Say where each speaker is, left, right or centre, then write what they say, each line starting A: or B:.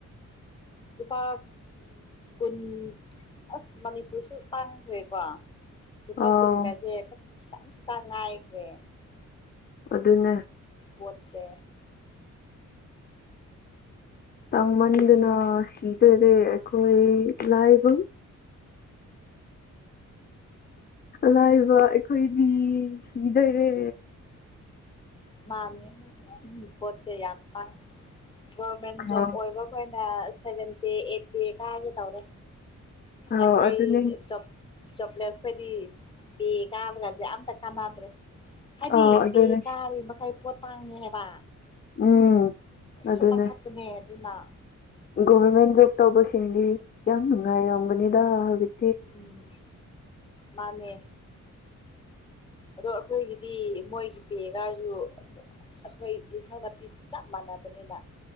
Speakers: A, on the left; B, on the left.
A: ꯂꯨꯄꯥ ꯀꯟ ꯑꯁ ꯃꯅꯤꯄꯨꯔꯁꯨ ꯇꯥꯡꯅ ꯊꯣꯛꯑꯦꯀꯣ ꯂꯨꯄꯥ
B: ꯑꯥꯎ
A: ꯀꯨꯟꯒꯥꯁꯦ ꯆꯪ ꯇꯉꯥꯏꯈ ꯔꯦ
B: ꯑꯗꯨꯅꯦ
A: ꯄꯣꯠꯁꯦ
B: ꯇꯥꯡꯃꯟꯗꯅ ꯁꯤꯗꯣꯏꯔꯦ ꯑꯩꯈꯣꯏ ꯂꯥꯏꯕ ꯂꯥꯏꯕ ꯑꯩꯈꯣꯏꯗꯤ ꯁꯤꯗꯣꯏꯔꯦ
A: ꯃꯥꯅꯦ ꯃꯥꯅꯦꯝ ꯄꯣꯠꯁꯦ ꯌꯥꯝ ꯐꯥꯏ ꯒꯣꯔꯃꯦꯟ
B: ꯑꯥ
A: ꯖꯣꯕ ꯑꯣꯏꯕꯈꯅ ꯁꯦꯚꯦꯟꯇꯦ ꯑꯩꯠꯇꯦ ꯀꯥꯒꯦ ꯇꯧꯔꯦ
B: ꯑꯥꯎ
A: ꯑꯩꯈꯣꯏ
B: ꯑꯗꯨꯅꯦ
A: ꯑꯩꯞ ꯆꯣꯄ꯭ꯂꯦꯠꯁ ꯈꯣꯏꯗꯤ ꯄꯤ ꯀꯥꯕ ꯀꯥꯟꯁꯦ ꯑꯝꯇ ꯀꯥꯟꯅꯗ꯭ꯔꯦ ꯍꯥꯏꯗꯤ
B: ꯑꯥꯎ ꯑꯗꯨꯅꯦ
A: ꯄꯦ ꯀꯥ ꯑꯩꯥꯏ ꯄꯣ ꯇꯥꯡꯉꯦꯕ
B: ꯎꯝ ꯑꯗꯨꯅꯦ
A: ꯁꯄꯥꯡ ꯊꯛꯅꯦ ꯅꯥ
B: ꯒꯣꯚꯔꯃꯦꯟ ꯖꯣꯕ ꯇꯧꯕꯁꯤꯡꯗꯤ ꯌꯥꯝ ꯅꯨꯡꯉꯥꯏꯔꯝꯒꯅꯤꯗ ꯍꯧꯖꯤꯛꯇꯤ
A: ꯑꯝ ꯃꯥꯅꯦ ꯑꯗꯣ ꯑꯩꯈꯣꯏꯒꯤꯗꯤ ꯃꯣꯏꯒꯤ ꯄꯦꯒꯥꯁꯨ ꯑꯩꯈꯣꯏ ꯌꯦꯟꯁꯥꯡ ꯅꯥꯄꯤꯗꯤ ꯆꯞ ꯃꯥꯟꯅꯕꯅꯤꯅ